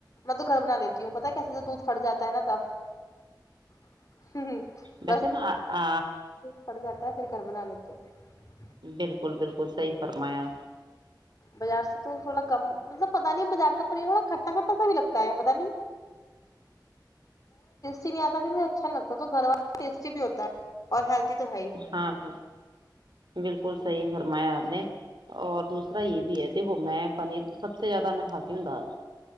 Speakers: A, on the left; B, on the right.
A: میں تو گھر بنا لیتی ہوں پتا کیسے دودھ پھٹ جاتا ہے نا تب <inaudible>
B: ویسے نا آ
A: پڑ جاتا ہے پھر گھر بنا لیتے ہیں
B: بالکل بالکل سحی فرمایا
A: بازار سے تو تھڑا کم مطلب پتا نہیں بازار کا پا کھٹا کھا سا بھی لگتا ہے پ نہیں نہیں آتا اچھا نہیں لگتا توھر والتا ہے ہی
B: ہاں ب بالکل صحیح فرمایا آپ نے اور دوسر را یہ بھی ہے دیکو میں پنیر تو سب سے زیادہ میں کھاتی ہوں دال